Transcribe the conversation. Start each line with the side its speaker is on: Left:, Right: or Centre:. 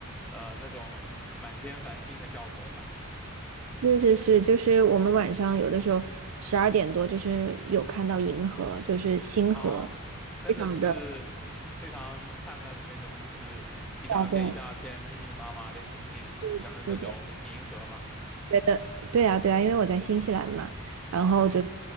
Centre: 呃，那种满天繁星的效果吧。
Right: 是是是，就是我们晚上有的时候十二点多，就是有看到银河，就是星河，
Centre: 啊，真的是非常灿烂的那种，
Right: 非常的。
Centre: 就是一大片一大片密密麻麻的星星组成的那种银河吗？
Right: 对啊对啊，对对对对啊，对啊，因为我在新西兰嘛，然后就是
Centre: 啊，